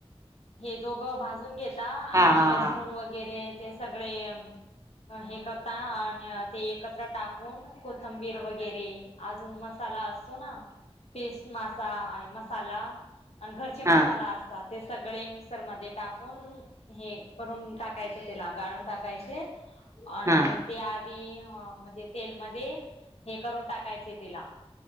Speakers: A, on the left; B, on the right.
A: हे दोघं भाजून घेत आणि
B: हा हा
A: लसूण
B: हा
A: वगैरे ते सगळे अ हे करता आणि ते एकत्र टाक कुन कोथंबीर वगैरे अजून मसाला असो ना पेस्ट मासा आय मसाला आण घरचे मसाला
B: हा
A: असतात ते सगळे मिक्सर मध्ये टाकून हे करून टाकायचं तेला गाळून टाकायचे आण
B: हा
A: ते आधी अ म्हणजे मदे हे करून टाकायचे तिला.